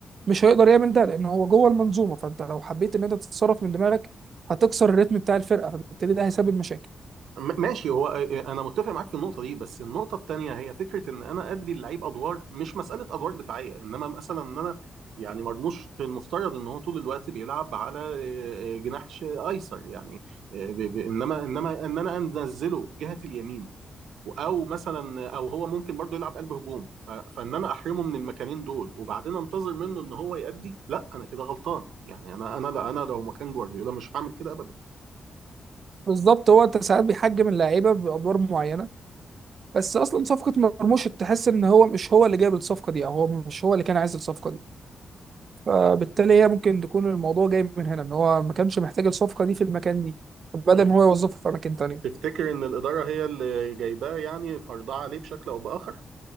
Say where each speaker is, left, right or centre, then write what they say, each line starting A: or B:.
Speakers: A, on the right; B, on the right.
A: مش هيقدر يعمل ده لان هو جوه المنظومة فانت لو حبيت ان انت تتصرف من دماغك هتكسر الريتم بتاع الفرقة فبالتالي ده هيسبب مشاكل
B: م- ماشي هو آه، آه، انا متفق معاك في النقطه دي بس النقطه التانيه هي فكره ان انا ادي اللعيب ادوار مش مساله ادوار دفاعيه انما مثلا ان انا يعني مرموش المفترض ان هو طول الوقت بيلعب على آه، آه، جناح ش- ايسر يعني آه، ب- ب- انما انما ان انا انزله جهه اليمين او مثلا او هو ممكن برضه يلعب قلب هجوم ف- فان انا احرمه من المكانين دول وبعدين انتظر منه ان هو يأدي لا انا كده غلطان يعني انا انا لا انا لو مكان جوارديولا مش هعمل كده
A: بالظبط هو انت ساعات بيحجم اللعيبة بأدوار معينة بس اصلا صفقة مرموش تحس ان هو مش هو اللي جايب الصفقة دي او هو مش هو اللي كان عايز الصفقة دي فبالتالي هي ممكن تكون الموضوع جاي من هنا ان هو ما كانش محتاج الصفقة دي في المكان دي بدل
B: ابدا
A: ان هو يوظفه في اماكن تانية
B: تفتكر ان الاداره هي اللي جايباه يعني فرضاه عليه بشكل او باخر